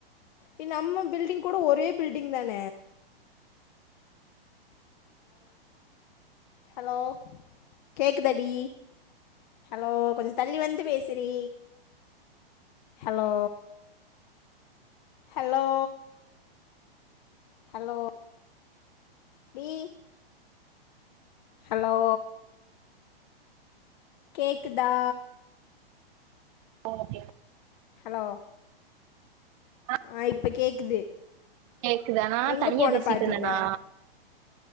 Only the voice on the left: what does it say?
எ நம்ம பில்டிங் கூட ஒரே பில்டிங் தான அலோ கேக்குதாடி ஹலோ கொஞ்ச தள்ளி வந்து பேசுறி ஹலோ ஹலோ ஹலோ டி ஹலோ கேக்குதா
ஹலோ
ஆ இப்போ கேட்குது
எங்கே
போன
பாதியில